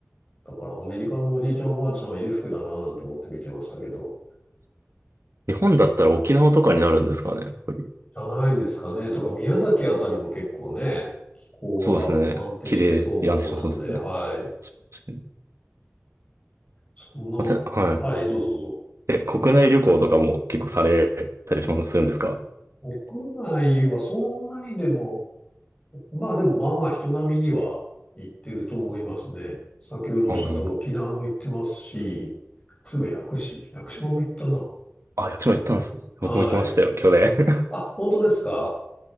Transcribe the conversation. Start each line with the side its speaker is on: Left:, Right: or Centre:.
Left: だからアメリカのおじいちゃんおばあちゃんは裕福だなぁなんて思って見てましたけど。
Right: 日本だったら沖縄とかになるんですかね、やっぱり。
Left: じゃないですかね。とか、宮崎あたりも結構ね、気候
Right: そうですね。
Left: が安定してそうなんで、
Right: 綺麗。いや、安心そうですね。
Left: はい。
Right: 確かに
Left: そんな、
Right: はい。
Left: はい、どうぞど
Right: え、国内旅行とかも結構されたりします、するんですか
Left: うぞ。国内はそんなにでも、まあでもまあまあ人並みには行ってると思いますね。先ほどおっしゃった沖縄も行ってますし、
Right: うん。
Left: そういえば屋久島、屋久島も行ったな。
Right: あ、役所も行ったんですね。
Left: はい。
Right: 僕も行きましたよ、去年。<laughs>
Left: あ、本当ですか